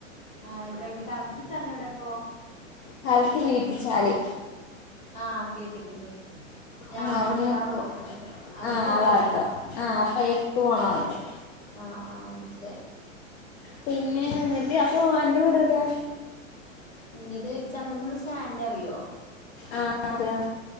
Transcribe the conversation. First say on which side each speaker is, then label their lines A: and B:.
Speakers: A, on the left (about 20°); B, on the left (about 55°).
A: ആഹ് എവ് എവിടെ കറക്റ്റ് സ്ഥലം എവിടെപ്പോ
B: കറക്ക്റ്റ് വീട്ടിച്ചാല്
A: ആഹ് കേട്ടിക്കിണ് കേട്ട് രാമൻകുത്ത്
B: ആ അവിടെ നിൽക്കും
A: ആ ഭാഗല്ലേ അങ്ങട്ട്
B: ആ
A: പോണ
B: ആ ഭാഗം
A: വഴി <inaudible>
B: ആ അപ്പോഴേക്ക് പോണ ഭാഗം
A: ആഹ് ആഹ് മനസ്സിലായി
B: പിന്നെ എന്നിട്ട് അപ്പോ അന്റെ വീടെവിടെയാ
A: ഇന്റെത് ചന്തക്കുന്ന് സ്റ്റാൻഡറിയോ
B: ആഹ് അറിയാ